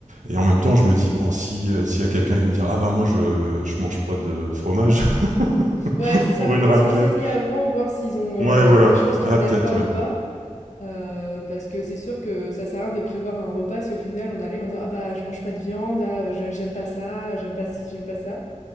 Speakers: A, on the right; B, on the left.
A: Et en même temps, je me dis, bon, si, euh, s'il y a quelqu'un qui va me dire, ah bah moi, je, je mange pas de fromage <laughs>
B: Ouais, c'est ça,
A: pour
B: faudrait
A: une raclette.
B: se renseigner avant, voir s'ils ont euh,
A: Ouais, voilà.
B: des choses qu'ils
A: Ah,
B: n'aiment
A: peut-être,
B: pas ou
A: ouais.
B: pas. Euh, parce que c'est sûr que ça sert à rien de prévoir un repas si au final on arrive en disant Ah bah je mange pas de viande, ah, bah, je- j'aime pas ça, j'aime pas ci, j'aime pas ça.